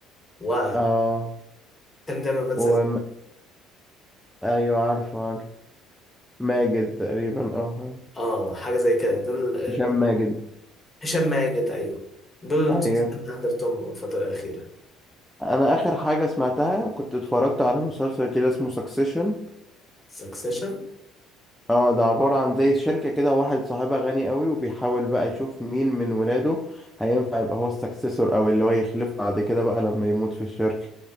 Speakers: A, on the left; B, in the centre.
A: و...
B: آه
A: كان دايما بنسى
B: و...
A: اسمه.
B: أيوة عارفه عارف ماجد تقريبا أو حاجة
A: اه حاجه زي كده دول آه،
B: هشام ماجد
A: هشام ماجد ايوه دول المسلسلين
B: أيوة
A: اللي حضرتهم الفتره الاخيره
B: أنا آخر حاجة سمعتها كنت اتفرجت على مسلسل كده اسمه سكسيشن
A: سكسيشن
B: اه ده عبارة عن زي شركة كده واحد صاحبها غني قوي وبيحاول بقى يشوف مين من ولاده هينفع يبقى هو السكسيسور او اللي هو يخلفه بعد كده بقى لما يموت في الشركة